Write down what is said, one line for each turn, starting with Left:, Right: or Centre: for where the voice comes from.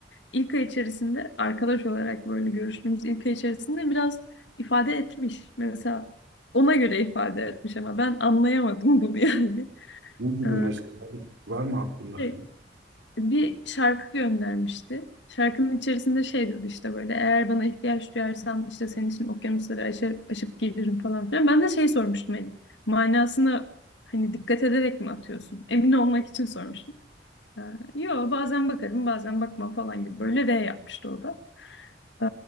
Left: ilk ay içerisinde arkadaş olarak böyle görüştüğümüz ilk ay içerisinde biraz ifade etmiş. Mesela ona göre ifade etmiş ama ben anlayamadım bunu yani.
Right: Ne gibi
Left: Ee,
Right: mesela var mı aklında
Left: şey,
Right: kalan?
Left: bir şarkı göndermişti. Şarkının içerisinde şey diyordu işte böyle eğer bana ihtiyaç duyarsan işte senin için okyanusları aşar, aşıp gelirim falan filan. Ben de şey sormuştum hani manasına hani dikkat ederek mi atıyorsun? Emin olmak için sormuştum. Ee, yo bazen bakarım bazen bakmam falan gibi böyle R yapmıştı o da. Ee,